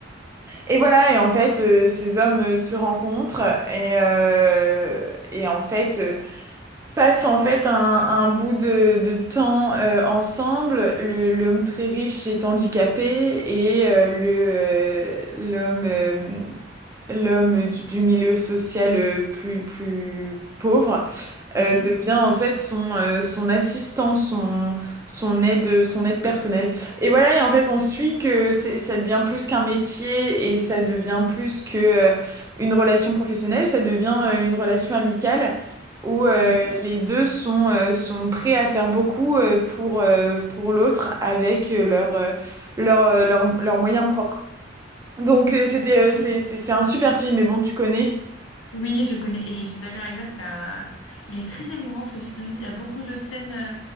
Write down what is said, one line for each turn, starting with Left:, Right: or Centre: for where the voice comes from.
Right: Et voilà, et en fait, euh, ces hommes euh, se rencontrent et, euh, et en fait euh, passent en fait un, un bout de, de temps euh, ensemble. Le, l'homme très riche est handicapé et euh, le euh, l'homme euh, l'homme du, du milieu social euh, plus plus pauvre
Left: mmh,
Right: euh, devient en fait son, euh, son assistant, son, son aide, son aide personnelle. Et voilà, et en fait, on suit que c'est- ça devient plus qu'un métier et ça devient plus que, euh, une relation professionnelle, ça devient, euh, une relation amicale où, euh,
Left: mmh, mmh,
Right: les deux sont, euh, sont prêts à faire beaucoup, euh, pour, euh, pour l'autre avec euh, leur, euh, leur, euh, leur- leurs moyens propres. Donc, euh, c'était, euh,
Left: mmh.
Right: c'est, c'est c'est un super film, mais bon, tu connais.
Left: Oui, je connais et je suis d'accord avec toi. Ça, il est très émouvant ce film. Il y a beaucoup de scènes euh,